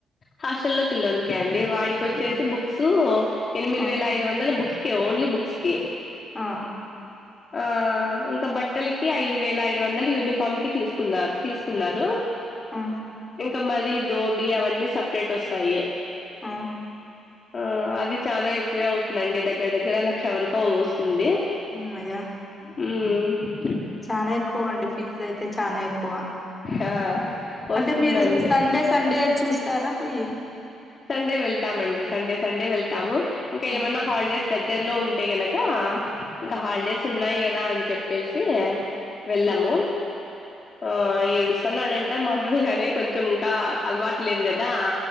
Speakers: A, on the left; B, on the left.
A: హాస్టల్లో పిల్లోనికా అండి వాడికి వచ్చేసి బుక్స్ ఎనిమిది
B: ఆ
A: వేల ఐదు వందల బుక్స్ ఓకే ఓన్లీ బుక్స్ కి
B: ఆ
A: ఆ ఇంక బట్టలకి ఐదు వేల ఐదు వందలు యూనిఫామ్ కి తీసుకున్నారు తీసుకున్నారు
B: ఆ
A: ఇంకా మరీ దోబి అవన్నీ సపరేట్ వస్తాయి
B: ఆ
A: ఆ అది చానా ఎక్కువే అవుతుంది అండి దగ్గర దగ్గర లక్ష వరకు వస్తుంది
B: అమ్మయ్యా
A: ఉ
B: చానా ఎక్కువ అండి ఫీజ్ అయితే చానా ఎక్కువ
A: ఆ వస్తుందండి
B: అంటే మీరు సండే సండే చూసారా పోయి
A: సండే వెళ్తామండి సండే సండే వెళ్తాము ఇంకా
B: ఆ
A: ఏమన్నా హాలిడేస్ దగ్గరలో ఉంటే గనక ఇంకా
B: ఆ
A: హాలిడేస్ ఉన్నాయి కదా అని చెప్పేసి వెళ్ళము
B: ఆ
A: ఆ ఏడుస్తున్నాడంట మామలుగానే కొంచెం ఇంకా అలవా లేదు గదా